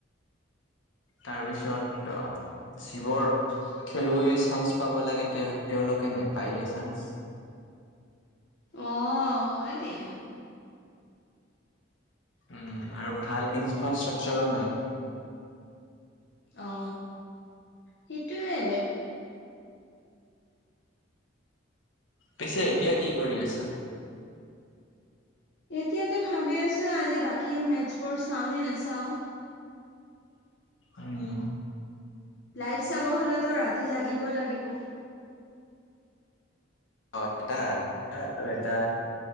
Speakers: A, on the left; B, on the left.
A: তাৰপিছত যিবোৰ খেলুৱৈ চান্স পাব লাগে তেওঁ তেওঁলোকে নেপায়েই চান্স
B: অহ হয় দিয়া
A: উম আৰু ভাল ইনফ্ৰাষ্ট্ৰাকচাৰো নাই
B: অ সেইটোৱে
A: পিছে এতিয়া কি কৰি আছ
B: এতিয়াতো ভাবি আছো আজি বাকী মেচছবোৰ চাওঁ নে নাচাওঁ
A: উম
B: লাইট চাব হ'লেতো ৰাতি জাগিবই লাগিব
A: এ আৰু এটা